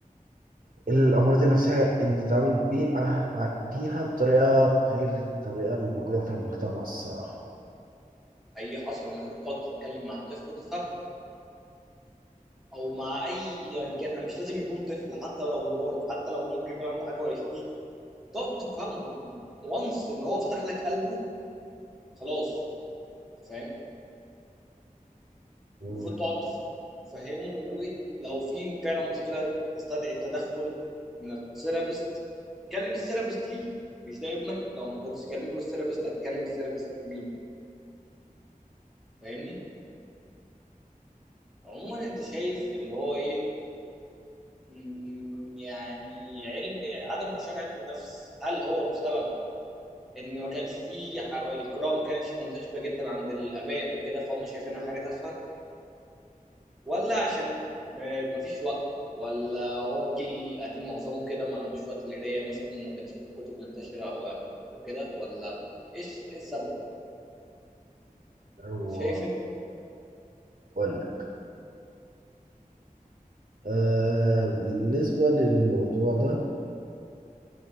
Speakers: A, on the right (about 60°); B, in the centre.
A: الأمراض النفسية إن نتعامل بيها بيها بطريقة غير الطريقة اللي موجودة في المجتمع الصراحة
B: اي حصل المفروض تقعد تتكلم مع الطفل وتفهمه او مع اي يعني كان مش لازم يكون طفل حتى لو مراهق حتى لو ممكن يكون عنده حاجه وعشرين تقعد تفهمه وانس ان هو فتح لك قلبه خلاص فاهم
A: مم.
B: المفروض تقعد تف- تفهمه ولو في فعلا مشكله تستدعي التدخل من الثيرابيست كلم الثيرابيست ليه مش ده ابنك لو ما كنتش تكلم له الثيرابيست هتكلم الثيرابيست مين فاهمني عموما انت شايف اللي هو ايه مم، يعني علم عدم انتشار علم النفس هل هو بسبب ان ما كانش فيه ح- القراءه ما كانتش منتشره جدا عند الاباء وكده فهم شايفينها حاجه تافهه ولا عشان آه، ما فيش وقت ولا هو الجيل القديم معظمه كده ما عندوش وقت للقرايه مثلا ما كانش فيه كتب منتشره او وكده ولا ايش ايه السبب
A: وأقول
B: شايف انت
A: لك أه بالنسبة للموضوع ده